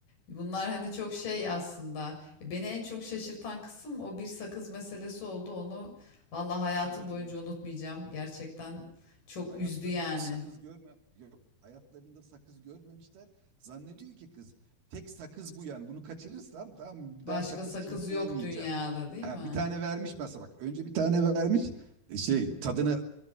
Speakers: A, on the left (about 60°); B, on the right (about 85°).
A: Bunlar hani çok şey aslında. E, Beni en çok şaşırtan kısım o bir sakız meselesi oldu. Onu vallahi hayatım
B: Evet
A: boyunca
B: evet.
A: unutmayacağım. Gerçekten çok
B: Hayatlarında
A: üzdü yani.
B: sakız görme yok. Hayatlarında sakız görmemişler. Zannediyor ki kız tek sakız bu yani. Bunu kaçırırsam tamam bir
A: Başka
B: daha sakız
A: sakız
B: çiğneyemeyeceğim.
A: yok dünyada değil
B: Ha
A: mi?
B: bir tane vermiş mesela bak. Önce bir tane vermiş e, şey tadını